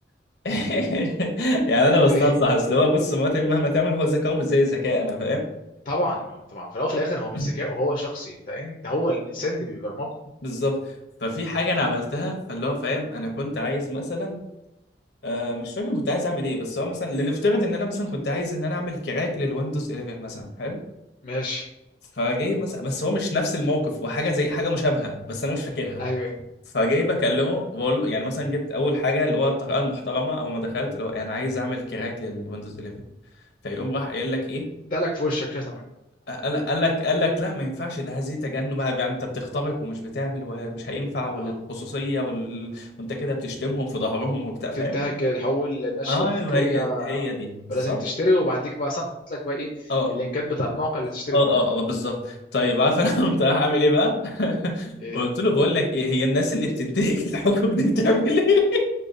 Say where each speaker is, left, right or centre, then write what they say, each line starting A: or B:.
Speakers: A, on the left; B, on the left.
A: <laughs> يعني انا بستنصح
B: ايه
A: اصل هو بص مراتي مهما تعمل هو ذكاؤه مش زي ذكاء انا فاهم
B: طبعا ما- طبعا في الاول وفي الاخر هو مش
A: <clears throat>
B: ذكاء وهو شخصي انت انت هو الانسان اللي بيبرمجه
A: <laughs> بالظبط ففي حاجه انا عملتها فاللي هو فاهم انا كنت عايز مثلا آه مش فاكر كنت عايز اعمل ايه بس هو مثلا لنفترض ان انا مثلا كنت عايز ان انا اعمل كراك للويندوز 11 مثلا حلو
B: ماشي
A: فجاي مثلا بس هو مش نفس الموقف هو حاجه زي حاجه مشابهه بس انا مش فاكرها
B: ايوه ايوه
A: فجاي بكلمه بقول له يعني مثلا جيت اول حاجه اللي هو الطريقه المحترمه اول ما دخلت اللي هو انا عايز اعمل كراك للويندوز 11 فيقوم راح قايل لك ايه
B: دلك في وشك شتمك
A: قال قال لك قال لك لا ما ينفعش ده هذه تجنب يعني انت بتخترق ومش بتعمل ومش هينفع والخصوصيه
B: اه
A: وال... وانت كده بتشتمهم في ظهرهم وبتاع
B: وبتنتهك
A: فاهم
B: الحقوق النشر
A: ايوه
B: والفكريه
A: هي هي دي بالظبط
B: ولازم تشتري وبعديك بقى اصلا حطيت لك بقى ايه
A: اه
B: اللينكات بتاع المواقع اللي تشتري
A: اه
B: منها
A: اه اه بالظبط طيب عارف انا <laughs> قمت رايح اعمل ايه بقى؟ <laughs>
B: ايه
A: قلت
B: بقى.
A: له بقول لك ايه هي الناس اللي بتنتهك <laughs> الحقوق دي بتعمل ايه؟